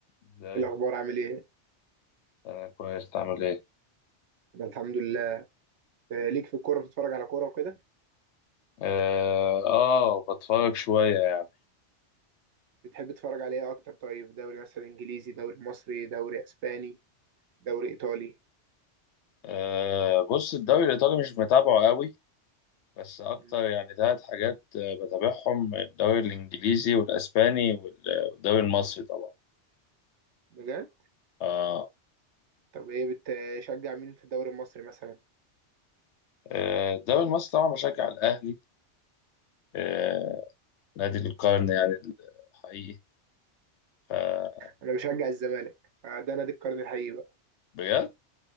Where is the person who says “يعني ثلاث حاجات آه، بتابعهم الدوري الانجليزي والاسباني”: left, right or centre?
Left